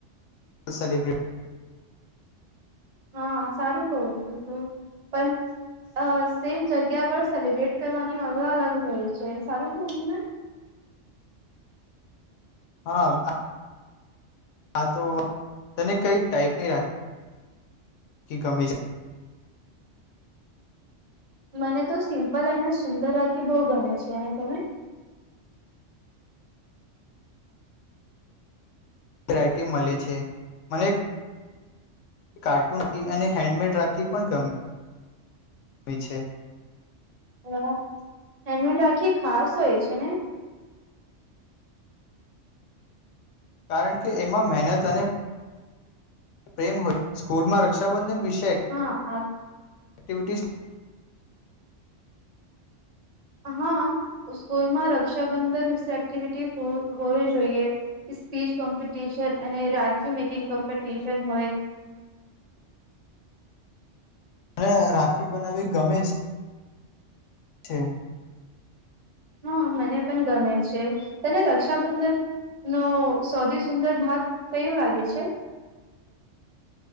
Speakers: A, on the left; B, on the right.
A: સેલિબ્રેિટી
B: હા સારું કવું છું તું પણ સેમ જગ્યા પર સેલિબ્રેટ કરવાની મજા અલગ હોય છે સારું કવુંું મે
A: હા હા તો તને કઈ ટાાઈપની રાખી કે ગમે છે
B: મને તો સિમ્પલ અને સુંદર રાખી બહુ ગમે છે અને તમે
A: વેરાયટી મળે છે મને કાર્ટૂન રાખી અને હેન્ડમેડ રાખી પણ ગમે ગમે છે
B: હા એન્ડમેન રાખી ખાસ હોય છે ને
A: કારણ કે એમાં મહેનત અને પ્રેમ હોય સ્કૂલમાં રક્ષાબંધન વિશે શે
B: હા
A: એક્ટિવિટીઝ
B: હા સ્કૂલમાં રક્ષાબંધન વિશે એક્ટિવિટી હોવી જોઈએ સ્પીચ કોમ્પિટિશન અને રાખી મેકિંગ કોમ્પિટિશન હોય
A: અને રાખી બનાવી ગમે છે છે
B: હા મને પણ ગમે છે તને રક્ષાબંધન નો સૌથી સુંદર ભાગ કયોું લાગે છે